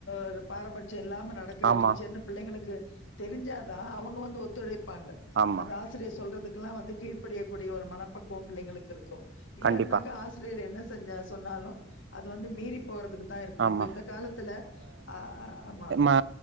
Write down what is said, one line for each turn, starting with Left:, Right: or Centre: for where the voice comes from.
Left: ஒரு பாரபட்ச இல்லாம நட இருக்கிற
Right: ஆமா
Left: டீச்சர்னு பிள்ளைங்களுக்கு தெரிஞ்சாதா அவங்க வந்து ஒத்துழைப்பாங்க
Right: ஆமா
Left: அந்த ஆசி ஆசிரியர் சொல்றதுக்கெல்லா வந்து கீழ்ப்படியக்கூடிய ஒரு மனப்பக்கவம் பிள்ளைளுக்கு இருக்கு இல்லாட்டினாக்கா
Right: கண்டிப்பா
Left: ஆசிரியர் என்ன செஞ்ச சொன்னாலு அது வந்து மீறி போறதுக்கு தா இருக்குது
Right: ஆமா
Left: இப்ப இந்த காலத்துல ஆ ஆமா
Right: ஆ